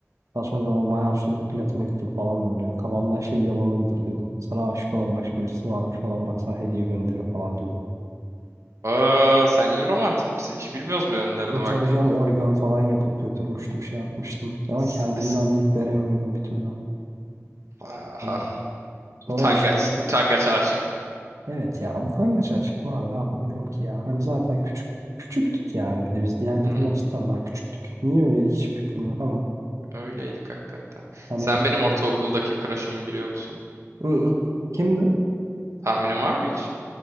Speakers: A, on the right; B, on the right.
A: Daha sonra ben bayağı sürüp Platon'a gittim falan böyle. Kafamdan şey yalan uydurduydum. Sana aşık olan başka birisi varmış falan bak sana hediye gönderiyor falan diyordum.
B: Aa, sen iyi romantik misin? Hiç bilmiyoruz bu yönlerine bak.
A: Tabii canım origami falan yapıp götürmüştüm şey yapmıştım. Ama
B: S-
A: kendimden
B: s-
A: deyip veremiyordum bir türlü.
B: Aha,
A: Hani sonra
B: utangaç,
A: bir şey
B: utangaç aşık.
A: evet ya utangaç aşık var ne yapabilirim ki ya. Hani zaten küçük küçüktük yani bir de biz diğerlerinden
B: Hmm.
A: cidden daha küçüktük. Niye öyleydik hiç fikrim yok ama.
B: Öyleydik hakikaten.
A: Hani
B: Sen benim ortaokuldaki crush'ımı biliyor musun?
A: ı-ı. kimdi?
B: Tahminin var mı hiç?